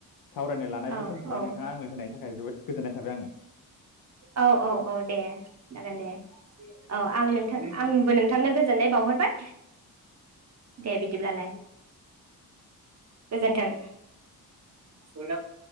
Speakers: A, on the left; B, on the right.
A: सावरायनो लानाय बे
B: औ
A: समखौहाय
B: औ
A: नोंथाङा आंनो होनायनि थाखाय जोबोद गोजोननाय थाबाय आङो,
B: औ औ औ दे जागोन दे औ आं नोंथां आंबो नोंथांनो गोजोननाय बाउहरबाय दे बिदिब्लालाय गोजोनथों। <unintelligible>